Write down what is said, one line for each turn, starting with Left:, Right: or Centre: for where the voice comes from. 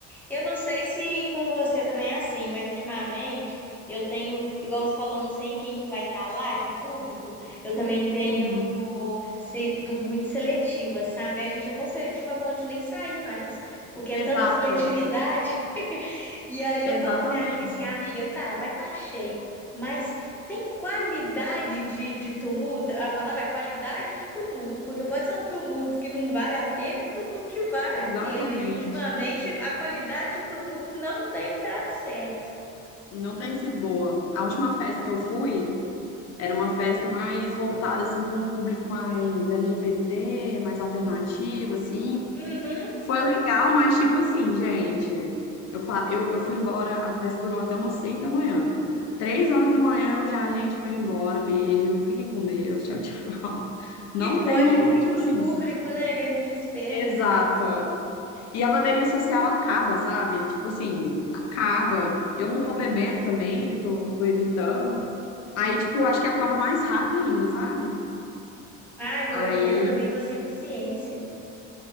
Centre: Eu não sei se com você também é assim, mas ultimamente eu tenho, igual você falou, não sei quem que vai estar lá de público. Eu também tenho
Left: Uhum.
Centre: sendo muito seletiva, sabe? A gente é tão seletiva a ponto de nem sair mais, porque
Left: Exato,
Centre: é tanta seletividade. <laughs> E aí
Left: exatamente,
Centre: eu falo com a minha amiga assim, amiga, tá, vai estar cheio, mas tem qualidade de, de tumulto? A palavra é qualidade de tumulto, porque pode ser um tumulto que não vale a pena e um tumulto que vale
Left: exatamente.
Centre: a pena. E ultimamente a qualidade de tumulto não tem dado certo.
Left: Não tem sido boa. A última festa que eu fui era uma festa mais voltada assim para um público mais LGBT, mais alternativo assim.
Centre: Uhum,
Left: Foi legal, mas tipo assim, gente, eu, fa... eu, eu fui embora, a festa durou até umas seis da manhã. Três horas da manhã eu já, gente, tô indo embora, beijo, fiquem com Deus, tchau, tchau. <laughs> Não
Centre: que foge
Left: tenho,
Centre: muito
Left: tipo
Centre: do
Left: assim,
Centre: público, né, que a gente espera,
Left: exato.
Centre: assim.
Left: E a bateria social acaba, sabe? Tipo assim, acaba. Eu não tô bebendo também, tô, tô evitando. Aí, tipo, acho que acaba mais rápido ainda, sabe?
Centre: Ai, pois
Left: Aí
Centre: é, eu também tô sem paciência.